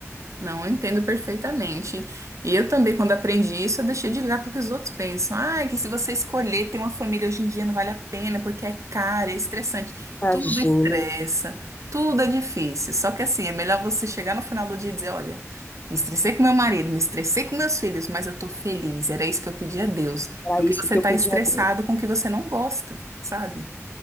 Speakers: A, on the right; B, on the left.
A: Não, eu entendo perfeitamente. E eu também, quando aprendi isso, eu deixei de ligar para o que os outros pensam. Ah, é que se você escolher ter uma família hoje em dia não vale a pena, porque é caro, é estressante.
B: Imagina,
A: Tudo estressa, tudo é difícil. Só que assim, é melhor você chegar no final do dia e dizer, olha, me estressei com meu marido, me estressei com meus filhos, mas eu tô feliz. Era isso que eu pedi a Deus.
B: era
A: Do
B: isso
A: que você
B: que
A: tá
B: eu pedi
A: estressado
B: a Deus.
A: com o que você não gosta, sabe?